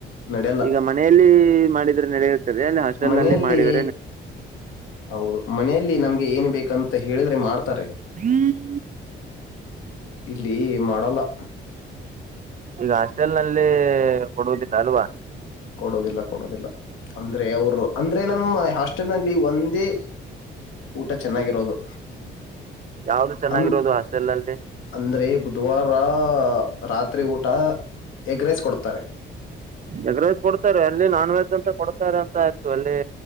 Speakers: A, on the left; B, on the right.
A: ನಡ್ಯಲ್ಲ
B: ಈಗ ಮನೆಯಲ್ಲಿ ಮಾಡಿದ್ರೆ ನಡೆಯುತ್ತದೆ ಅಲ್ಲಿ ಹಾಸ್ಟೆಲ್
A: ಮನೆಯಲ್ಲಿ
B: ನಲ್ಲಿ ಮಾಡಿದ
A: ಹೌದು ಮನೆಯಲ್ಲಿ ನಮ್ಗೆ ಏನ್ ಬೇಕಂತ ಹೇಳಿದ್ರೆ ಮಾಡ್ತಾರೆ.
B: <unintelligible>
A: ಇಲ್ಲಿ ಮಾಡೊಲ್ಲ.
B: ಈಗ ಹಾಸ್ಟೆಲ್ನಲ್ಲಿ ಕೊಡುವುದಿಲ್ಲ ಅಲ್ವಾ.
A: ಕೊಡುದಿಲ್ಲ ಕೊಡುದಿಲ್ಲ ಅಂದ್ರೆ ಅವರು ಅಂದ್ರೆ ನಮ್ಮ ಹಾಸ್ಟೆಲ್ನಲ್ಲಿ ಒಂದೇ ಊಟಾ ಚೆನ್ನಾಗಿರೋದು
B: ಯಾವ್ದು ಚೆನ್ನಾಗಿರೋದು
A: ಅನ್
B: ಹಾಸ್ಟೆಲ್ನಲ್ಲಿ.
A: ಅಂದ್ರೆ ಬುಧವಾರ ರಾತ್ರಿ ಊಟ ಎಗ್ ರೈಸ್ ಕೊಡ್ತಾರೆ.
B: ಎಗ್ಗ್ ರೈಸ್ ಕೊಡ್ತಾರೆ ಅಲ್ಲಿ ನಾನ್ ವೆಜ್ ಅಂತ ಕೊಡ್ತಾರೆ ಅಂತ ಆಯ್ತು ಅಲ್ಲಿ.